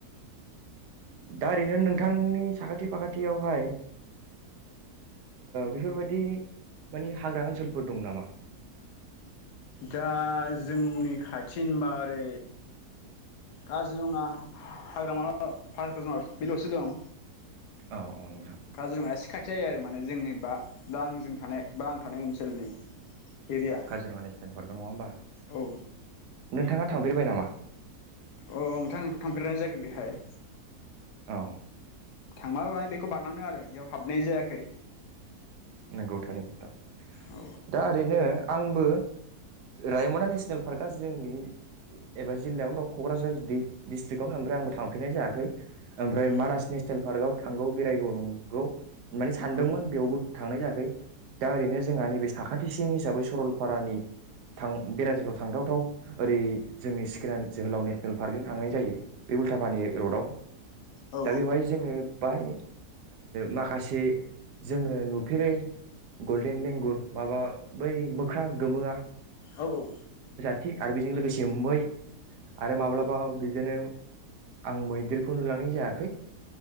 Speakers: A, on the right (about 85°); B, on the left (about 80°).
A: दा ओरैनो नोंथांनि साखाथि फाखाथियावहाय बेफोरबायदि माने हाग्रा ओनसोलफोर दं नामा
B: दा जोंनि खाथि होनोबा ओरै काजिरङा हाग्रामा बे ल'सो दं
A: औ-औ नोंथां
B: काजिरङाया एसे खाथि जायो आरो माने जोंनि बा दा आंजों थानाय बा आं थानाय ओनसोलनि एरिया
A: काजिरङानि जफोरखौ नङा होमा
B: औ
A: नोंथाङा थांफेरबाय नामा
B: अ नोंथां थांफेरनाय जायाखै बेहाय
A: औ
B: थांबाबो मानि बेखौ बारलांदों आरो बेयाव हाबनाय जायाखै
A: नंगौ थारैनो नोंथां
B: औ
A: दा ओरैनो आंबो रायमना नेसनेल पार्कआ जोंनि एबा जिल्लायावनो दं क'क्राझार डिस्ट्रिकआवनो ओमफ्राय आंबो थांफेरनाय जायाखै ओमफ्राय
B: औ
A: मानास नेसनेल पार्कआव थांगौ बेरायगौ नंगौ माने सानदोंमोन
B: औ
A: बेयावबो थांनाय जायाखै दा ओरैनो जोंहा नैबे साखाथि टिसिन हिसाबै सरलपारानि बेरायथावथाव थांथावथाव ओरै जोंनि सिखोनान जोहोलाव नेसनेल पार्कजों थांनाय जायो बे उल्थापानि रडआव
B: औ
A: दा बेवहाय जोङो बाय माखासे जोङो नु फेरै गल्डेन लेंगुर माबा बै मोख्रा गोमोआ
B: औ-औ
A: थि आरो बेजों लोगोसे मै आरो माब्लाबा बिदिनो आं मैदेरखौ नुलांनाय जायाखै